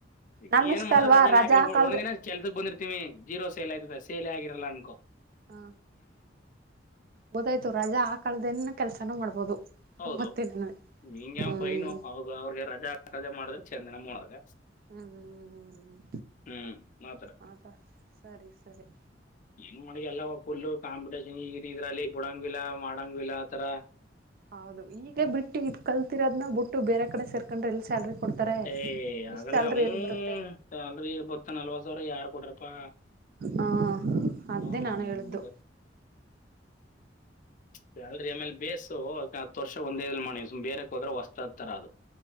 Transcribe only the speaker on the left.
ಈಗ
ಏನ್
ಮಾಡುದ
ರಾಜ
ಯಾಕಲ್ಲ
ಒಂದ ದಿನ ಕೆಲ್ಸಕ್ ಬಂದಿರ್ತೀವಿ ಜೀರೋ ಸೇಲ್ ಆಯ್ತದ ಸೇಲ್ ಆಗ ಕಿರಲ್ಲ ಆನ್ಕೊ
ಹೌದು
ಹಿಂಗೆ
ಫೈನು ಹೌದು ಅವ್ರಿಗೆ ರಜಾ ಹಾಕಳ್ದೆ ಮಾಡಿದ್ರೆ ಚೆಂದ ನಮ್ ಓನರ್ಗ.
ಹ್ಮ್ ಮಾತ್ರ
ಏನ್ ಮಾಡ್ಗ್ಯಲ್ಲವ ಫುಲ್ ಕಾಂಪಿಟೇಷನ್ ಈದ್ ಇದ್ರಲ್ಲಿ ಬಿಡಂಗಲ್ಲಾ ಮಾಡಂಗಿಲ್ಲ ಆ ತರ
ಏಯ ಹಾಗಲ್ಲ
ಹ್
ಸ್ಯಾಲ್ರಿ ಗೊತ್ತ ನಲ್ವತ್ತ್ ಸಾವಿರ ಯಾರು ಕೊಟ್ರಪ್ಪಾ
ಹ್ಮ
ಉಂಡೆ ಸ್ಯಾಲ್ರಿ ಆಮೇಲೆ ಬೇಸು ಅದ್ಕೆ ಹತ್ ವರ್ಷ ಒಂದೇಲ್ ಇಲ್ ಮಾಡಿನ್ ಸುಮ್ ಬೇರೆಕ್ ಹೋದ್ರೆ ಹೊಸ್ತತರ ಅದು.